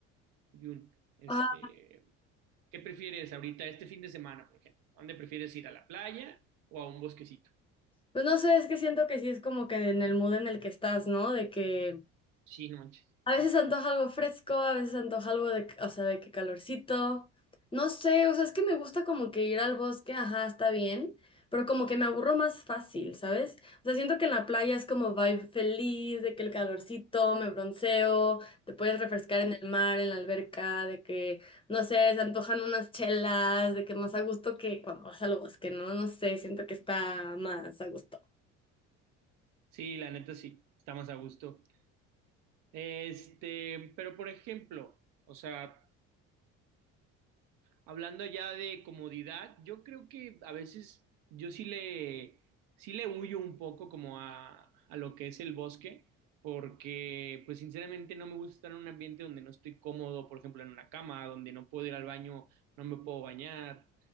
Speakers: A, on the right; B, on the left.
A: Jun? Este,
B: Ah,
A: ¿qué prefieres ahorita este fin de semana, por ejemplo? ¿A dónde prefieres ir a la playa o a un bosquecito?
B: pues no sé, es que siento que sí es como que en el mood en el que estás, ¿no? De que
A: Sí, no manches.
B: A veces antoja algo fresco, a veces antoja algo de, o sea, de que calorcito. No sé, o sea, es que me gusta como que ir al bosque, ajá, está bien, pero como que me aburro más fácil, ¿sabes? O sea, siento que en la playa es como vibe feliz, de que el calorcito, me bronceo, te puedes refrescar en el mar, en la alberca, de que, no sé, se antojan unas chelas, de que más a gusto que cuando vas al bosque, ¿no? No sé, siento que está más a gusto.
A: Sí, la neta sí, está más a gusto. Este, pero por ejemplo, o sea, hablando ya de comodidad, yo creo que a veces yo sí le, sí le huyo un poco como a, a lo que es el bosque, porque pues sinceramente no me gusta estar en un ambiente donde no estoy cómodo, por ejemplo, en una cama, donde no puedo ir al baño, no me puedo bañar,